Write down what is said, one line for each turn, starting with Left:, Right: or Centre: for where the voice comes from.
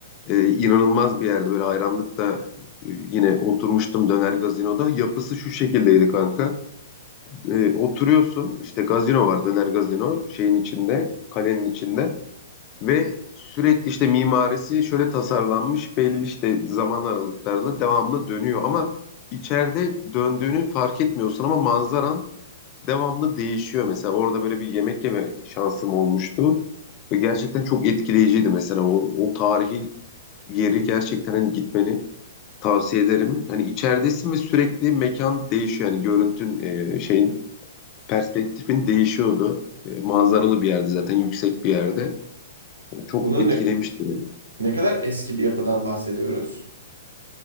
Left: e, inanılmaz bir yerde böyle hayranlıkta e, yine oturmuştum döner gazinoda. Yapısı şu şekildeydi kanka. E, oturuyorsun işte gazino var döner gazino şeyin içinde kalenin içinde. Ve sürekli işte mimarisi şöyle tasarlanmış belli işte zaman aralıklarla devamlı dönüyor ama içeride döndüğünü fark etmiyorsun ama manzaran devamlı değişiyor. Mesela orada böyle bir yemek yeme şansım olmuştu ve gerçekten çok etkileyiciydi mesela o, o tarihi yeri gerçekten hani gitmeni tavsiye ederim. Hani içeridesin ve sürekli mekan değişiyor yani görüntün e, şeyin perspektifin değişiyordu. E, manzaralı bir yerde zaten yüksek bir yerde. E, çok
Right: Bunun
Left: etkilemişti
Right: ne,
Left: beni.
Right: ne kadar eski bir yapıdan bahsediyoruz?